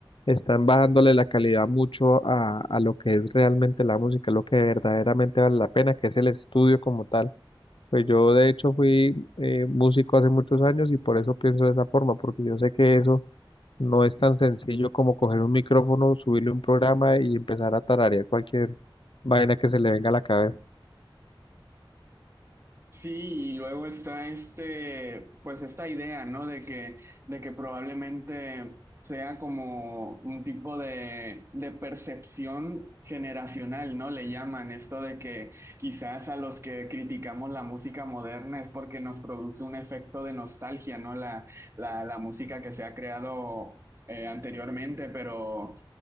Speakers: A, on the left; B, on the right.
A: están bajándole la calidad mucho a, a lo que es realmente la música, lo que verdaderamente vale la pena, que es el estudio como tal. Pues yo de hecho fui eh, músico hace muchos años y por eso pienso de esa forma, porque yo sé que eso no es tan sencillo como coger un micrófono, subirle un programa y empezar a tararear cualquier vaina que se le venga a la cabeza.
B: Sí, y luego está este, pues esta idea, ¿no? De que, de que probablemente sea como un tipo de, de percepción generacional, ¿no? Le llaman esto de que quizás a los que criticamos la música moderna es porque nos produce un efecto de nostalgia, ¿no? La, la, la música que se ha creado eh, anteriormente, pero